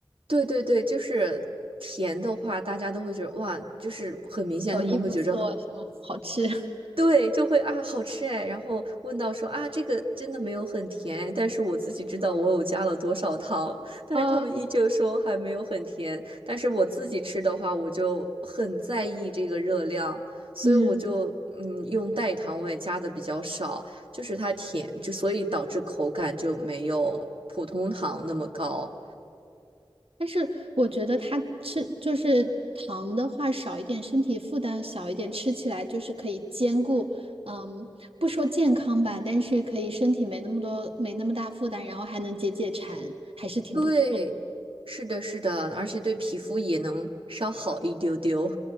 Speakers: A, on the right; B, on the right.
A: 对对对，就是甜的话，大家都会觉得哇，就是很明显，
B: 手艺不错是吗？
A: 他们会觉着很
B: 好吃。<laughs>
A: 对，就会啊好吃哎。然后问到说啊，这个真的没有很甜哎但是我自己知道我有加了多少糖，<laughs> 但是他们依旧说还没有很甜。
B: 啊，
A: 但是我自己吃的话，我就很在意这个热量，所以我就嗯用代糖，
B: 嗯，
A: 我也加的比较少，就是它甜，就所以导致口感就没有普通糖那么高。
B: 但是我觉得它吃就是糖的话少一点，身体负担小一点，吃起来就是可以兼顾，嗯，不说健康吧，但是可以身体没那么多，没那么大负担，然后还能解解馋，还是挺不错。
A: 对，是的，是的，而且对皮肤也能稍好一丢丢。